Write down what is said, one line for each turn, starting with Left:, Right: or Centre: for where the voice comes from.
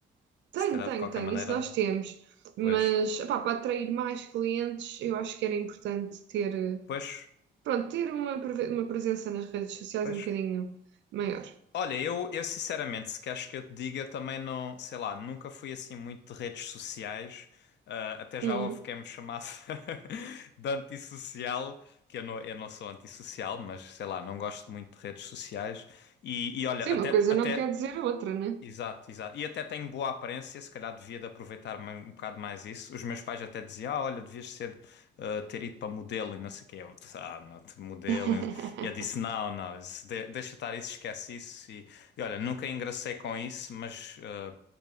Right: Tenho,
Left: se calhar
Right: tenho,
Left: de qualquer
Right: tenho,
Left: maneira?
Right: isso nós temos, mas
Left: Pois,
Right: epá, para atrair mais clientes eu acho que era importante ter, eh,
Left: pois,
Right: pronto, ter uma, preve- uma presença nas redes sociais
Left: pois.
Right: um bocadinho maior.
Left: Olha, eu, eu sinceramente, se queres que eu te diga, eu também não, sei lá, nunca fui assim muito de redes sociais. Ah, até já
Right: Hum.
Left: houve quem me chamasse <laughs> de antissocial, que eu não, eu não sou antissocial, mas sei lá, não gosto muito de redes sociais. E, e olha,
Right: Sim,
Left: até,
Right: uma coisa
Left: até
Right: não quer dizer outra, né?
Left: Exato, exato. E até tenho boa aparência, se calhar devia de aproveitar ma- um bocado mais isso. Os meus pais até diziam, ah, olha, devias ser, eh, ter ido para modelo e não sei o quê. Eu disse, ah, não, te- modelo.
Right: <laughs>
Left: E eu disse, não, não, isso de- deixa estar isso, esquece isso. E, e olha, nunca engracei com isso, mas eh,